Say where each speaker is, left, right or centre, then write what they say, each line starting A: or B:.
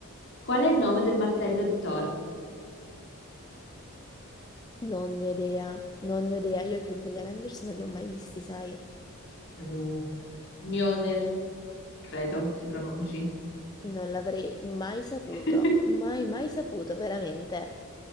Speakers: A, on the left; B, on the left.
A: qual è il nome del martello di Thor?
B: Non ne ho idea, non ne ho idea. Io i film degli Avengers non li ho mai visti, sai?
A: Mm. Mjolnir, credo si pronunci.
B: Non l'avrei mai saputo,
A: <laughs>
B: mai, mai saputo, veramente.